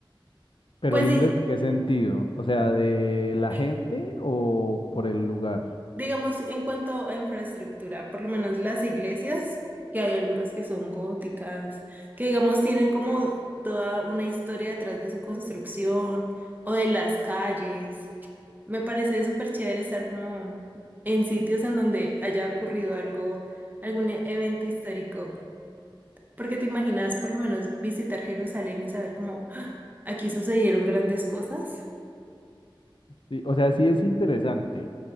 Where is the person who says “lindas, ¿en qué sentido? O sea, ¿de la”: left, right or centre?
Left